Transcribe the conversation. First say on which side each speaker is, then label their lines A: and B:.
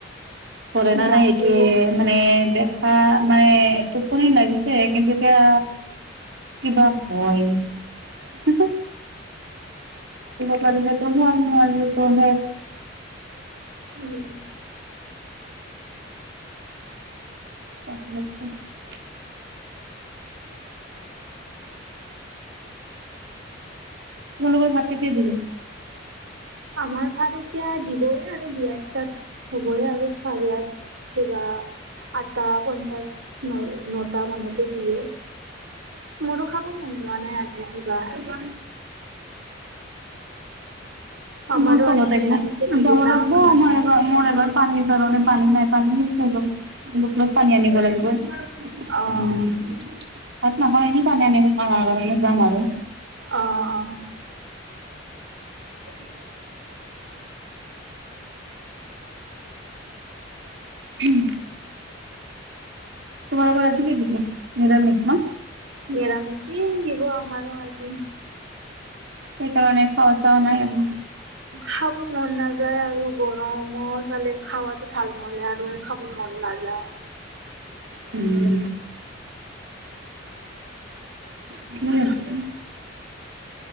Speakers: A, on the right; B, on the right.
A: পঢ়ে না
B: গাটো
A: নাই এইটোৱে।
B: অ
A: মানে দেখা মানে টোপনি লাগিছে কিন্তু এতিয়া কিবা হয় <unintelligible> চোৱালীবিলাকেও হ'ল <unintelligible>
B: উম,
A: চব মত <unintelligible> তোমালোকৰ ভাত কেতিয়া দিব?
B: আমাৰ ভাত এতিয়া দিবয়ে আৰু দিয়া ষ্টাৰ্ট হ'বহে আৰু <unintelligible> কিবা আঠটা পঞ্চাছ ন-নটা মানতে দিয়ে। মোৰো খাব যোৱা নাই আজি কিবা।
A: <inaudible>
B: আমাৰো
A: মই তলত
B: আজি
A: একব
B: মেৰামিছে দিব
A: যাব
B: না
A: লাগব
B: অকমান
A: আমাৰ <unintelligible> মোৰ এবাৰ পানীৰ কাৰণে পানী নাই পানী শেষ হৈ গ'ল। বুটলত পানী লাগিবয়ে
B: অ
A: উম,
B: অ
A: ভাত নাখাও এনেই পানী আনিব যাম আৰু মাজে যাম আৰু।
B: অ' অ' <inaudible>
A: হুম, তোমালোকৰ আজি কি দিলে নিৰামিষ ন?
B: নিৰামিকে দিব আমাৰ আজি।
A: সেইকাৰণে খাৱা চাৱা নাই আৰু।
B: খাব মন নাযায় আৰু গৰম ইফালে। খাৱাটো ভাল নহ'লে আৰু খাবলে মন নাযায়।
A: হম, ঠিকে আছে।